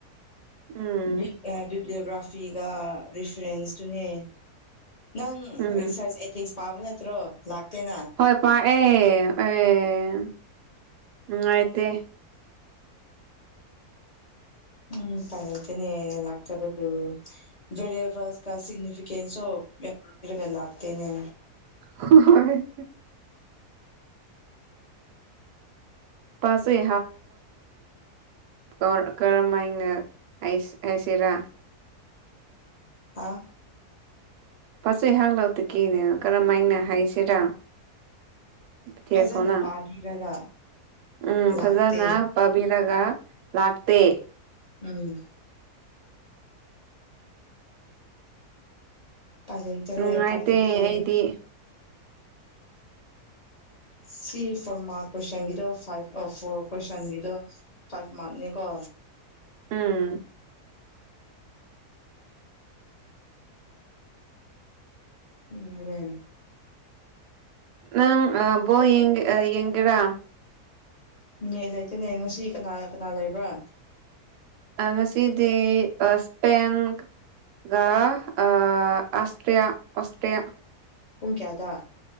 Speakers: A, on the right (about 85°); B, on the left (about 40°).
A: ꯎꯝ
B: ꯕꯤꯛ ꯑ ꯕꯤꯕ꯭ꯂꯤꯌꯣꯒ꯭ꯔꯥꯐꯤꯒ ꯔꯤꯐ꯭ꯔꯦꯟꯁꯇꯨꯅꯦ ꯅꯪ
A: ꯎꯝ
B: ꯔꯤꯁꯥꯔꯁ ꯑꯦꯊꯤꯛꯁ ꯄꯥꯕ ꯅꯠꯇ꯭ꯔꯣ ꯂꯥꯛꯇꯦꯅ
A: ꯍꯣꯏ ꯄꯥꯛꯑꯦ ꯑꯩꯪ ꯅꯨꯡꯉꯥꯏꯇꯦ
B: ꯎꯝ ꯎꯄꯥꯏ ꯂꯩꯇꯦꯅꯦ ꯂꯥꯛꯇꯕꯕꯨ ꯚꯦꯔꯤꯌꯦꯕꯜꯁꯀ ꯁꯤꯒꯅꯤꯐꯤꯀꯦꯟꯁꯣ ꯌꯥꯝꯔꯤꯒ ꯂꯥꯛꯇꯦꯅꯦ
A: <unintelligible> <unintelligible> ꯀ ꯀꯔꯝꯃꯥꯏꯅ ꯍꯥꯏꯁ ꯍꯥꯏꯁꯤꯔꯥ
B: ꯍꯥꯎ
A: <unintelligible> ꯀꯔꯝ ꯃꯥꯏꯅ ꯍꯥꯏꯁꯤꯔꯥ <unintelligible>
B: ꯐꯖꯅ ꯄꯥꯕꯤꯔꯒ
A: ꯎꯝ ꯐꯖꯟꯅ
B: ꯂꯥꯛꯇꯦ
A: ꯄꯥꯕꯤꯔꯒ ꯂꯥꯛꯇꯦ
B: ꯎꯝ ꯎꯄꯥꯏ ꯂꯩꯇ꯭ꯔꯦ
A: ꯅꯨꯡꯉꯥꯏꯇꯦ
B: ꯎꯄꯥꯏ ꯂꯩꯇ꯭ꯔꯦ
A: ꯑꯩꯗꯤ
B: ꯁꯤ ꯐꯣꯔ ꯃꯥꯔ ꯀꯣꯏꯁꯟꯒꯤꯗꯣ ꯐꯥꯏꯚ ꯐꯣꯔ ꯀꯣꯏꯁꯟꯒꯤꯗꯣ ꯐꯥꯏꯚ ꯃꯥꯔꯛꯅꯤꯀꯣ
A: ꯎꯝ
B: ꯎꯝꯅꯦ
A: ꯅꯪ ꯑꯥ ꯕꯣꯟ ꯌꯦꯡ ꯑ ꯌꯦꯡꯒꯦꯔꯥ
B: ꯅꯦꯠ ꯂꯩꯇꯅꯦ ꯉꯁꯤ ꯀꯅꯥ ꯀꯅꯥ ꯂꯩꯕ꯭ꯔꯥ
A: ꯑ ꯉꯁꯤꯗꯤ ꯑ ꯁ꯭ꯄꯦꯟ ꯒ ꯑ ꯑꯁꯇ꯭ꯔꯤꯌꯥ ꯑꯣꯁꯇ꯭ꯔꯤꯌꯥ
B: ꯄꯨꯡ ꯀ꯭ꯌꯥꯗ